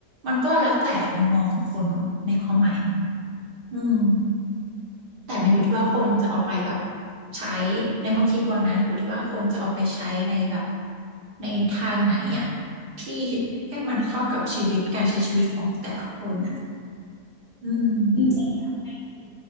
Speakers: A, on the right (about 75°); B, on the left (about 40°).
A: มันก็แล้วแต่มุมมองของคนในความหมายนี้อืมแต่มันอยู่ที่ว่าคนจะเอาไปแบบใช้ในความคิดกวางนะอยู่ที่ว่าคนจะเอาไปใช้ในแบบในทางไหนอะที่ให้มันเข้ากับชีวิตการใช้ชีวิตของแต่ละคนอะอืม
B: จริงๆอยากให้มี